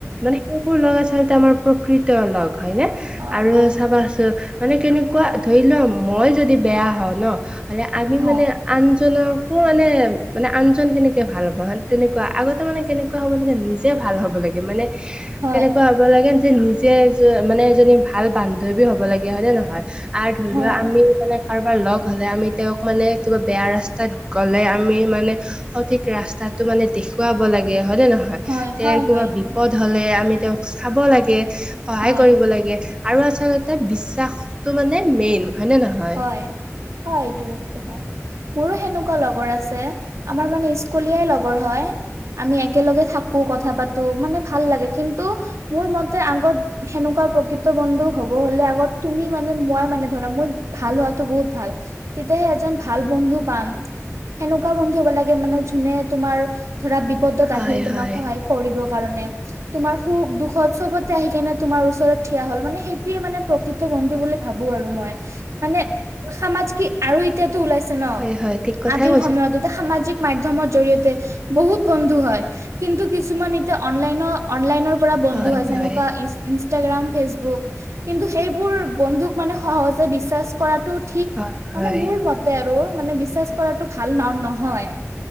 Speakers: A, on the right; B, on the right.
A: মানে সেইবোৰ লগ আচলতে আমাৰ প্ৰকৃত লগ হয়নে
B: অ
A: আৰু
B: অ
A: চাবা চো মানে কেনেকুৱা ধৰি লোৱা মই যদি বেয়া হওঁ ন হলে আমি
B: অ
A: মানে আনজনকো মানে মানে আনজন কেনেকে ভাল হ'ব হয় তেনেকুৱা আগতে মানে কেনেকুৱা হ'ব লাগে নিজে ভাল হব লাগে মানে
B: হয়,
A: কেনেকুৱা হ'ব লাগে যে নিজে মানে এজনী ভাল বান্ধৱী হব লাগিয়া হয় নে নহয় আৰ ধৰি
B: হয়,
A: লোৱা আমি মানে কাৰোবাৰ লগ হলে আমি তেওঁক মানে কিবা বেয়া ৰাস্তাত গলে আমি মানে সঠিক ৰাস্তাটো মানে দেখুৱাব লাগে হয় নে নহয়
B: হয়,
A: তেওঁৰ
B: হয়, হয়,
A: কিবা
B: এইটো
A: বিপদ হলে আমি তেওঁক চাব লাগে সহায়
B: হয়,
A: কৰিব লাগে আৰু আচলতে বিশ্বাসটো মানে মেইন হয় নে নহয়
B: হয় অ এইটো বস্তু হয় মোৰো সেনেকুৱা লগৰ আছে আমাৰ মানে স্কুলীয়াই লগৰ হয় আমি একেলগে থাকো কথা পাতো মানে ভাল লাগে কিন্তু মোৰ মতে আগত সেনেকুৱা প্ৰকৃত বন্ধু হব হলে আগত তুমি মানে মই মানে ধৰা মই ভাল হোৱাতো বহুত ভাল তেতিয়াহে এজন ভাল বন্ধু পাম সেনেকুৱা বন্ধু হ'ব লাগে মানে যোনে তোমাৰ ধৰা বিপদত
A: হয়
B: আহিল তোমাক
A: হয়
B: সহায় কৰিব কাৰণে। তোমাৰ সুখ দুখত চবতে আহি কেনে তোমাৰ ওচৰত থিয় হ'ল মানে সেইটোয়ে মানে প্ৰকৃতি ত বন্ধু বুলি ভাবো আৰু মই। মানে সামাজ কি আৰু এতিয়াতো ওলাইছে ন
A: হয় হয় ঠিক কথাই
B: আজিৰ
A: কৈছা।
B: সময়ত এতিয়া সামাজিক মাধ্যমৰ জৰিয়তে বহুত বন্ধু হয়, কিন্তু কিছুমান এতিয়া অনলাইন অনলাইনৰ পৰা বন্ধ
A: হয়
B: হৈছে
A: হয়।
B: যেনেকুৱা ই ইনষ্টাগ্ৰাম, ফেচবুক কিন্তু সেইবোৰ বন্ধুক মানে সহজে বিশ্বাস কৰাটো ঠিক
A: হয়
B: মানে,
A: হয়
B: মোৰ মতে আৰু মানে বিশ্বাস কৰাটো ভাল ন নহয়।